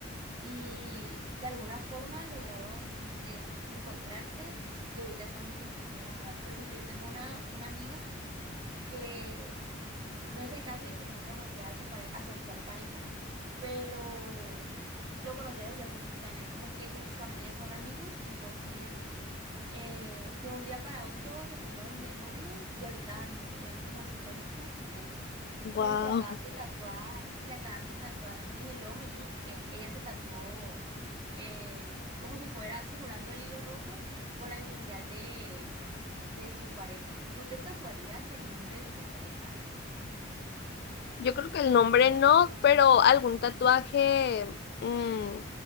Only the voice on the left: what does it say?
Wow.
<laughs>
Yo creo que el nombre no, pero algún tatuaje mm,